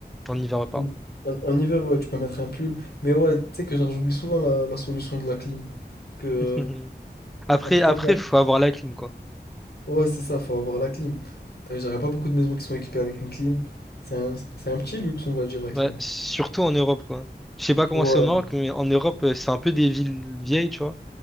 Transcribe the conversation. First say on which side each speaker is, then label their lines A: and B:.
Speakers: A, in the centre; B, on the left.
A: En hiver, ouais, pardon.
B: En, en- en hiver, ouais, tu peux mettre un pull. Mais ouais, tu sais que genre j'oublie souvent la, la solution de la clim. Parce que
A: <laughs>
B: euh,
A: Après,
B: après,
A: après,
B: t'as vu,
A: faut avoir la clim, quoi.
B: Ouais, c'est ça, faut avoir la clim. T'as vu, j'aurais pas beaucoup de maisons qui sont équipées avec une clim. C'est un, c'est un petit luxe, on va dire, la clim.
A: Ouais, surtout en Europe, quoi. Je sais pas comment
B: Ouais.
A: c'est au Maroc, mais en Europe, euh, c'est un peu des villes vieilles, tu vois.